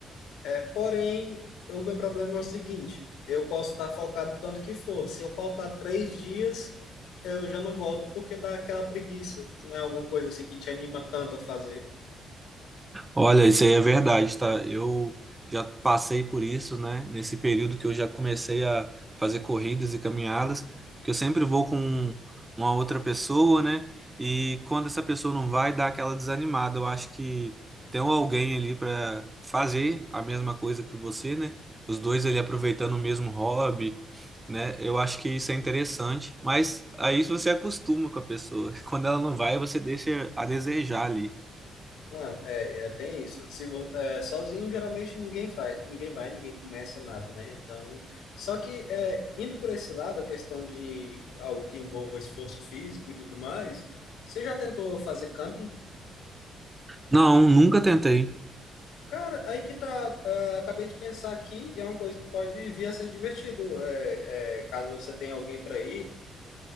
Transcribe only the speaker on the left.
É, porém, o meu problema é o seguinte: eu posso estar focado o tanto que for. Se eu faltar três dias, eu já não volto porque dá aquela preguiça. Não é alguma coisa assim que te anima tanto a fazer.
Não, é, é, tem isso. Se vo- é, sozinho, geralmente ninguém faz, ninguém vai, ninguém começa nada, né? Então, só que é, indo por esse lado, a questão de algo que envolva esforço físico e tudo mais, você já tentou fazer camping?
Cara, aí que tá. é, acabei de pensar aqui, e é uma coisa que pode vir a ser divertido. É, é, caso você tenha alguém para ir.